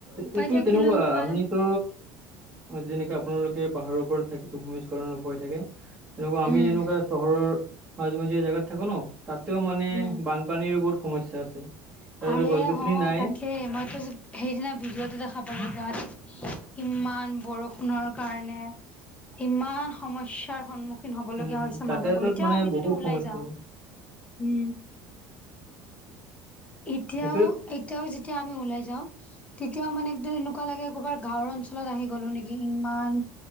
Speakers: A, on the left; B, on the right.
A: উপায়
B: এইটো
A: থাকিলেও
B: তেনেকুৱা
A: কিবা
B: আমি ত' যেনেকে আপোনালোকে পাহাৰৰ ওপৰত থাকে ভূমিস্খলন অ', ভয় থাকে। তেনেকুৱা আমি
A: উম
B: যেনেকুৱা চহৰৰ মাজ মাজিয় জেগগাত থাকো ন তাত। ও মানে
A: উম
B: বানপানীৰো বহুত সমস্যা আছে। তাতেতো
A: আৰে
B: গছ গছনি
A: হ
B: নাই
A: তাকে মইতো। সেইদিনা ভিডিঅ'টো দেখা পালো গাত ইমান বৰষুণৰ কাৰণে। ইমান সমস্যাৰ সন্মুখীন। সিন হ'ব
B: উম
A: লগগীয়া হৈছে
B: যাতায়াতত
A: মানুহবোৰ এতিয়াও
B: মানে
A: আমি যদি
B: বহুত
A: ওলাই
B: সমস্যা
A: যাওঁ,
B: হয়
A: উম। এতিয়াও,
B: সেইটোৱে
A: এতিয়াও যেতিয়া আমি ওলাই যাওঁ। তেতিয়াও মানে একদম এনেকুৱা লাগে ক'ৰবাৰ গাঁৱৰ অঞ্চলত আহি গলো নেকি ইমান।